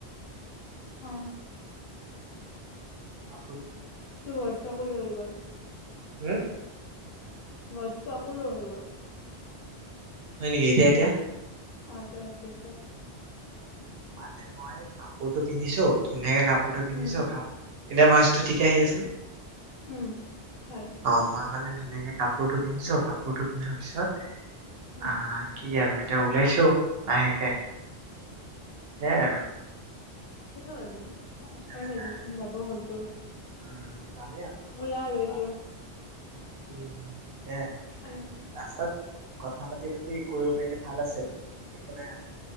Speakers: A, on the left; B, on the right.
A: অ
B: আপ <unintelligible>
A: তোৰ <unintelligible> সজ কোলৈ হৈ গ'ল
B: উম,
A: বস্তু আকৌ ল হয় গল।
B: হয় নকি এতিয়া এতিয়া?
A: অ', এতি ব', পছে।
B: মানে মই কাপোৰতটো পিন্ধিছো ধুনীয়াকে কাপোৰ ফটো পিন্ধিছ
A: উম
B: কাপটো এনে ভইচটো ঠিকে আহি আছে নে?
A: উম হয়।
B: অ মই মানে ধুনকে কাপোৰতটো পিন্ধিছো কাপোৰতটো পিন্ধাৰ পিছত
A: উম
B: আহ কি আৰু এয়া ওলাইছো। আহিছে <unintelligible> হেম
A: হৈ য পচাই
B: তেনেকাই
A: বাই
B: আৰু
A: চোন যাবই হ'লতো।
B: উম যামেই আৰু অলপ
A: উলাৰ হৈ
B: পাত-
A: কিয়?
B: উম', সেয়াই
A: আয়া
B: ৰাস্তাত কথা পাতি-পাতি কৰিব পাৰিলে ভাল আছিল একো নাই আৰু।